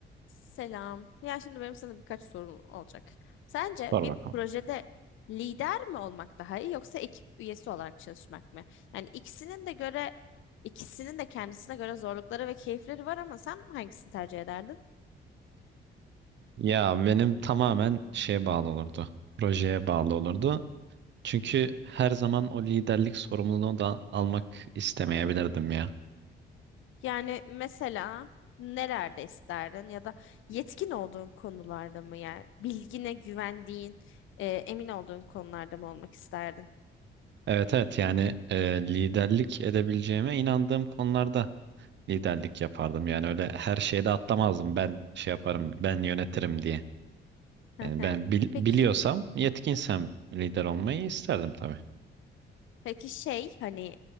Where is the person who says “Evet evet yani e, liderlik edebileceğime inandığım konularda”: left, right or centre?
Right